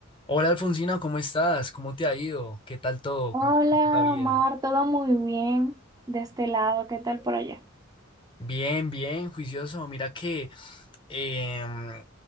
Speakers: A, on the left; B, on the right.
A: Hola Alfonsina, ¿cómo estás? ¿Cómo te ha ido? ¿Qué tal todo?
B: Hola,
A: ¿Cómo te está la vida?
B: Omar, todo muy bien de este lado, ¿qué tal por allá?
A: Bien, bien, juicioso. Mira que em,